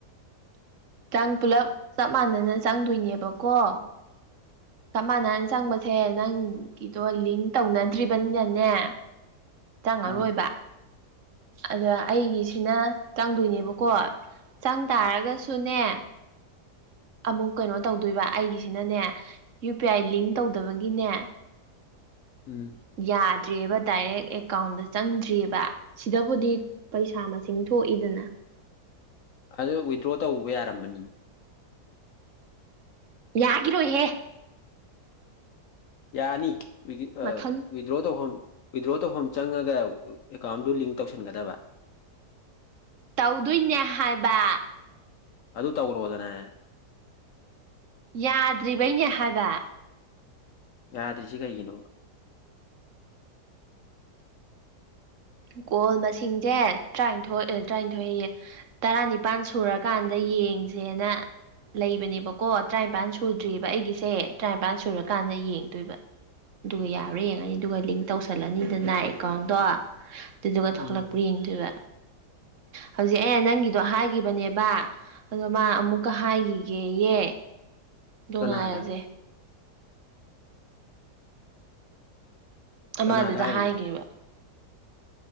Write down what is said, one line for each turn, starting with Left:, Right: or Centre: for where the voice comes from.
Right: ꯆꯪ ꯄꯨꯂꯞ ꯆꯞ ꯃꯥꯟꯅꯅ ꯆꯪꯗꯣꯏꯅꯦꯕꯀꯣ ꯆꯞ ꯃꯥꯟꯅꯅ ꯆꯪꯕꯁꯦ ꯅꯪꯒꯤꯗꯣ ꯂꯤꯡ ꯇꯧꯅꯗ꯭ꯔꯤꯕꯅꯤꯅꯅꯦ ꯆꯪꯉꯔꯣꯏꯕ
Left: ꯎꯝ
Right: ꯑꯗꯥ ꯑꯩꯒꯤꯁꯤꯅ ꯆꯪꯗꯣꯏꯅꯦꯕꯀꯣ ꯆꯪ ꯇꯥꯔꯒꯥꯁꯨꯅꯦ ꯑꯃꯨꯛ ꯀꯩꯅꯣ ꯇꯧꯗꯣꯏꯕ ꯑꯩꯒꯤꯁꯤꯅꯅꯦ ꯌꯨ ꯄꯤ ꯑꯥꯏ ꯂꯤꯡ ꯇꯧꯗꯕꯒꯤꯅꯦ
Left: ꯎꯝ
Right: ꯌꯥꯗ꯭ꯔꯦꯕ ꯗꯥꯏꯔꯦꯛ ꯑꯦꯀꯥꯎꯟꯗꯥ ꯆꯪꯗ꯭ꯔꯤꯑꯕ ꯁꯤꯗꯕꯨꯗꯤ ꯄꯩꯁꯥ ꯃꯁꯤꯡ ꯊꯣꯛꯏꯗꯅ
Left: ꯑꯗꯨ ꯋꯤꯗ꯭ꯔꯣ ꯇꯧꯕ ꯌꯥꯔꯝꯃꯅꯤ
Right: ꯌꯥꯒꯤꯔꯣꯏꯍꯦ
Left: ꯌꯥꯅꯤ <unintelligible> ꯑꯥ
Right: ꯃꯊꯟ
Left: ꯋꯤꯠ ꯗ꯭ꯔꯣ ꯇꯧꯐꯝ ꯋꯤꯗ꯭ꯔꯣ ꯇꯧꯐꯝ ꯆꯪꯉꯒꯥ ꯑꯦꯀꯥꯎꯟꯗꯨ ꯂꯤꯡ ꯇꯧꯁꯟꯒꯥꯗꯕ
Right: ꯇꯧꯗꯣꯏꯅꯦ ꯍꯥꯏꯕ
Left: ꯑꯗꯨ ꯇꯧꯔꯣꯗꯥꯅ
Right: ꯌꯥꯗ꯭ꯔꯤꯕꯩꯅꯦ ꯍꯥꯏꯕ
Left: ꯌꯥꯗ꯭ꯔꯤꯁꯤ ꯀꯩꯒꯤꯅꯣꯕ
Right: ꯀꯣꯜ ꯃꯁꯤꯡꯖꯦ ꯇ꯭ꯔꯥꯅꯤꯊꯣꯏ ꯑꯦ ꯇ꯭ꯔꯥꯅꯤꯊꯣꯏ ꯍꯩꯌꯦ ꯇꯥꯔꯥꯅꯤꯄꯥꯜ ꯁꯨꯔꯀꯥꯟꯗ ꯌꯦꯡꯖꯦꯅ ꯂꯩꯕꯅꯦꯕꯀꯣ ꯇ꯭ꯔꯥꯏꯝꯄꯥꯟ ꯁꯨꯗ꯭ꯔꯤꯕ ꯑꯩꯒꯤꯁꯦ ꯇ꯭ꯔꯥꯏꯝꯄꯥꯟ ꯁꯨꯔꯀꯥꯟꯗꯥ ꯌꯦꯡꯗꯣꯏꯕ ꯗꯨꯒꯥ ꯌꯥꯕ꯭ꯔꯥ ꯌꯦꯡꯉꯅꯤ ꯗꯨꯒꯥ ꯂꯤꯡ ꯇꯧꯁꯜꯂꯅꯤꯗꯅ ꯑꯦꯀꯥꯎꯟꯗꯣ ꯇꯨꯗꯨꯒꯥ ꯊꯣꯛꯂꯛꯄ꯭ꯔꯥ
Left: ꯎꯝ
Right: ꯌꯦꯡꯗꯣꯏꯕ ꯍꯧꯖꯤꯛ ꯑꯩꯅ ꯅꯪꯒꯤꯗꯣ ꯍꯥꯏꯒꯤꯕꯅꯦꯕ ꯑꯗꯣ ꯃꯥ ꯑꯃꯨꯛꯀꯥ ꯍꯥꯏꯒꯤꯒꯦꯌꯦ ꯗꯣ
Left: ꯀꯅꯥꯗ
Right: ꯉꯥꯏꯔꯖꯦ ꯑꯃꯗꯨꯗꯥ
Left: ꯀꯅꯥꯗ ꯍꯥꯏꯔꯤꯕ
Right: ꯍꯥꯏꯒꯤꯕ